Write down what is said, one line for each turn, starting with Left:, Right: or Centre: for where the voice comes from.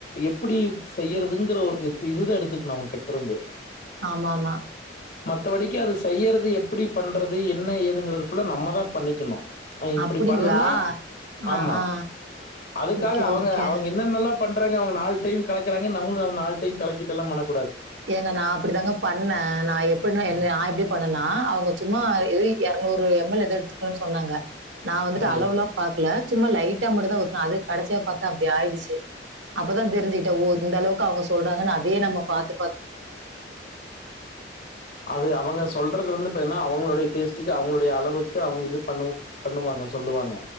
Left: எப்-எப்டி செய்யறதுங்கிற ஒரு இது எடுத்துக்கணும் அவுங்ட்ருந்து.
Right: ஆமா ஆமா
Left: மத்தபடிக்கும் அது செயிறது எப் - எப்டி பண்றது என்ன ஏதுங்கறிது ஃபுல்லா நம்ம தான் பண்ணிக்கணும். இப்பிடி
Right: அப்படிங்களா?
Left: பண்ணலாம்
Right: ஆ,
Left: ஆமா
Right: ஆ.
Left: அதுக்காக
Right: ஓகே,
Left: அவங்க
Right: ஓகே.
Left: அவங்க என்னன்னல்லாம் பண்றாங்க அவங்க நாலு டைம் கலக்குறாங்க நம்மளும் நாலு டைம் கலக்கட்டெல்லம் பண்ணக்
Right: ஏங்க நான் அப்டி தாங்க பண்ணேன், நான் எப்பிடினா
Left: ம்.
Right: நான் எப்டி பண்னேன்னா ஒ சும்மா ஏது எர்நூறு எம் எல் எதோ எடுத்துக்கணும்னு சொன்னாங்க. நான் வந்துட்டு
Left: ம்.
Right: அளவுெல்லாம் பாக்கல சும்மா லைட்டா மட்டும் தான் ஊத்தினன் அது கடைசியாபாத்தா அப்டி ஆயிடிச்சி. அப்பதான் தெரிஞ்சுகிட்டேன் ஓ இந்த அளவுக்கு அவுங்க சொல்றாங்கா அதே நம்ம பாத்து
Left: அது அவங்க சொல்றது வந்து என்ன நா அவங்களுடைய டேஸ்ட்டுக்கு அவங்களுடைய அளவுக்கு அவங்க இது பண்ண பண்ணுவாங்க சொல்லுவாங்க.